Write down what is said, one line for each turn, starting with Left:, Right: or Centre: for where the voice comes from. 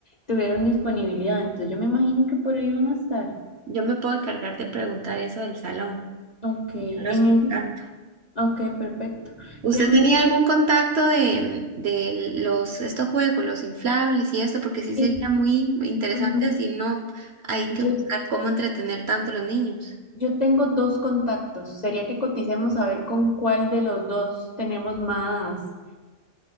Left: tuvieron disponibilidad, entonces yo me imagino que por ahí van a estar.
Right: yo me puedo encargar de preguntar eso del salón,
Left: Ok, en
Right: yo los contacto.
Left: ese, ok, perfecto.
Right: ¿Usted
Left: Yo en
Right: tenía
Left: ese,
Right: algún contacto de, de los, estos juegos, los inflables y esto? Porque sí
Left: sí,
Right: sería muy interesante
Left: ujú.
Right: si no hay
Left: Yo,
Right: que buscar cómo entretener tanto a los niños.
Left: yo tengo dos contactos. Sería que coticemos a ver con cuál de los dos tenemos más,